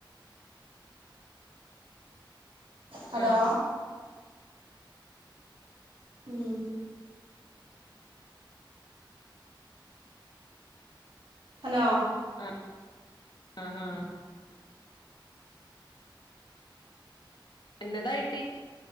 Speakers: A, on the right; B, on the left.
A: ഹലോ
B: ആ
A: ഉം ഹലോ
B: ആ ആ ആ എ ന്നതായിട്ട്